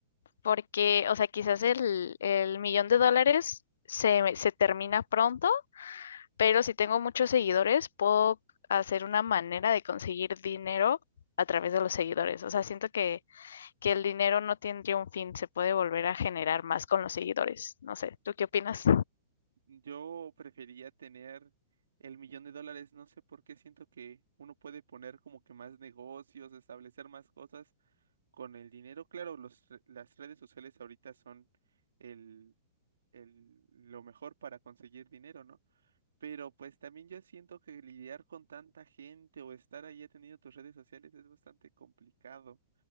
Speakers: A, on the left; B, on the right.
A: porque, o sea, quizás el, el millón de dólares se, me- se termina pronto, pero si tengo muchos seguidores, puedo hacer una manera de conseguir dinero a través de los seguidores. O sea, siento que, que el dinero no tendría un fin, se puede volver a generar más con los seguidores. No sé, ¿tú qué opinas?
B: Yo prefería tener el millón de dólares, no sé por qué siento que uno puede poner como que más negocios, establecer más cosas con el dinero. Claro, los, re- las redes sociales ahorita son el, el, lo mejor para conseguir dinero, ¿no? Pero pues también yo siento que lidiar con tanta gente o estar ahí atendiendo tus redes sociales es bastante complicado.